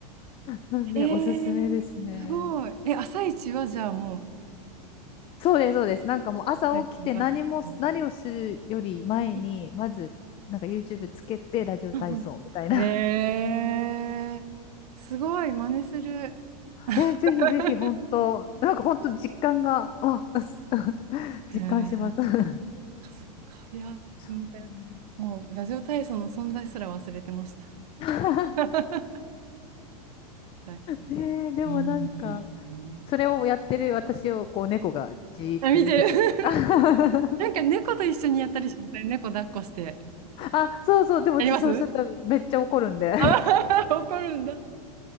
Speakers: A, on the left (about 30°); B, on the right (about 75°).
A: なんで、
B: ええーすごい。
A: おすすめですね。
B: え、朝一はじゃあもう、
A: そうです、そうです。なんかもう朝起きて何も何をするより前に、
B: はいわかる。うんうん
A: まず、なんか YouTube つけてラジオ体操みたいな。
B: うんええすごい、真似する。
A: <laughs> え、ぜひぜひ本当、
B: <laughs>
A: なんか本当実感が、あ、<laughs>
B: へえ、
A: 実感します。<laughs>
B: そっか、いや、
A: そう。
B: 全然、もうラジオ体操の存在すら忘れてました。
A: <laughs>
B: <laughs> はい
A: ねえ、でもなんか、
B: うんうんうん
A: それをやってる私をこう猫がじーって見てたりとか。
B: あ、見てる。<laughs>
A: <laughs>
B: なんか猫と一緒にやったりしません猫抱っこして。
A: あ、そうそう、でもそうするとめっちゃ怒るんで。
B: やりますあー <laughs> 怒るんだ。